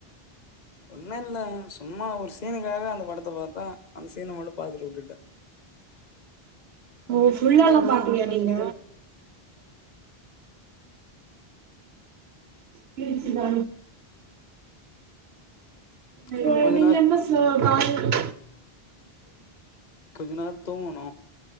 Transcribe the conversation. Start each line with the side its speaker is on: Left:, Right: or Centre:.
Left: ஒண்ணு இல்ல சும்மா ஒரு சீனுக்காக அந்த படத்த பாத்தோ அந்த சீன மட்டு பாத்துட்டு விட்டுட்டே
Right: ஓ ஃபுல்லாலா பாக்கலயா நீங்க தச்சு போ இப்ப
Left: அப்புறம் கொஞ்ச
Right: நீங்க
Left: நேர
Right: என்னா ஸ்லோவா காலேல
Left: கொஞ்ச நேரோ தூங்குனோ